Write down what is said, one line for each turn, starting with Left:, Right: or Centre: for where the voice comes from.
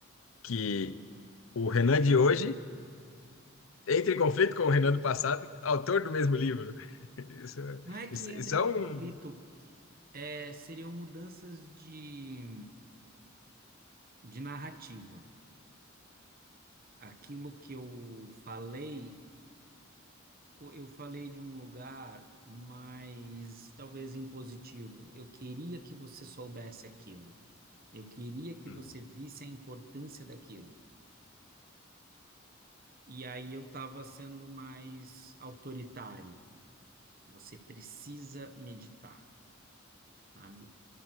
Left: que o Renan de hoje entra em conflito com o Renan do passado, autor do mesmo livro. <laughs> Isso, é-
Right: Não é que
Left: isso,
Right: entra
Left: isso
Right: em
Left: é
Right: conflito,
Left: um.
Right: é, seriam mudanças de, de narrativa. Aquilo que eu falei o- eu falei de um lugar mais talvez impositivo. Eu queria que você soubesse aquilo. Eu queria que
Left: Hum.
Right: você visse a importância daquilo. E aí eu estava sendo mais autoritário. Você precisa meditar, sabe?